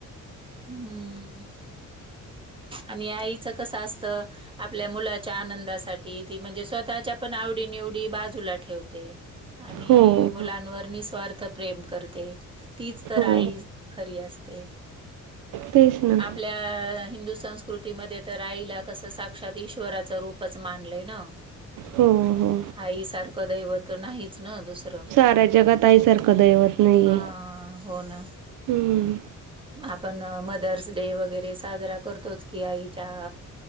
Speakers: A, on the right; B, on the right.
A: हम्म, आणि आईच कसं असत आपल्या मुलाच्या आनंदासाठी ती म्हणजे स्वतःच्या पण आवडी निवडी बाजूला ठेवते. आणि
B: हो
A: मुलांवर
B: हो
A: निस्वार्थ प्रेम करते. तीच तर
B: हो
A: आई खरी असते,
B: तेच ना
A: आपल आपल्या हिंदू संस्कृतीमध्ये तर आईला कसं साक्षात ईश्वराच रूपच मानलंय न.
B: हो हो.
A: आईसारखं दैवत नाहीच न दुसरं.
B: साऱ्या जगात आईसारखं दैवत नाहीये,
A: हा हो ना.
B: हम्म.
A: आपण मदर्स डे वगैरे साजरा करतोच की आईच्या